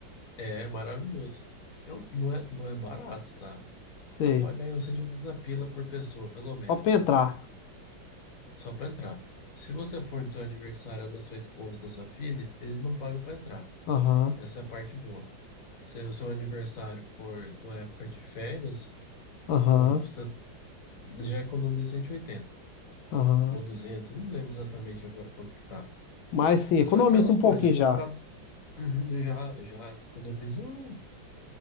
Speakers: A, on the left; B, on the left.
A: É é maravilhoso. É um- não é, não é barato, tá?
B: sei,
A: Vai pagar aí uns 180 pila por pessoa, pelo menos.
B: só pra entrar.
A: Só pra entrar. Se você for no seu aniversário ou da sua esposa, da sua filha, eles não pagam pra entrar.
B: Aham,
A: Essa é a parte boa. Se o seu aniversário for na época de férias,
B: aham,
A: Ou você já economiza 180
B: aham.
A: ou duzentos não lembro exatamente agora quanto que tá.
B: Mas sim, economiza
A: Só aquela
B: um
A: coisa,
B: pouquinho
A: comprar
B: já.
A: uhum, já, já, já economiza. um-